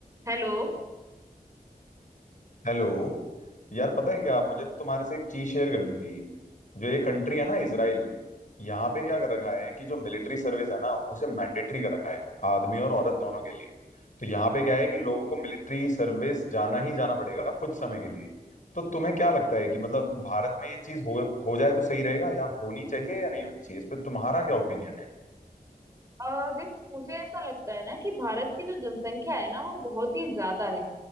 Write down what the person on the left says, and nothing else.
हेलो यार पता है क्या मुझे ना तुम्हारे से एक चीज शेयर करनी थी जो ये कंट्री है ना इसराइल यहाँ पे क्या कर रखा है कि जो मिलिट्री सर्विस है ना उसे मैंडेटरी कर रखा है आदमी और औरत दोनों के लिए तो यहाँ पे क्या है कि लोगों को मिलिट्री सर्विस जाना ही जाना पड़ेगा कुछ समय के लिए तो तुम्हें क्या लगता है कि मतलब भारत में ये चीज हो हो जाए तो सही रहेगा या होनी चाहिए या नहीं होनी चाहिए इस पर तुम्हारा क्या ओपिनियन है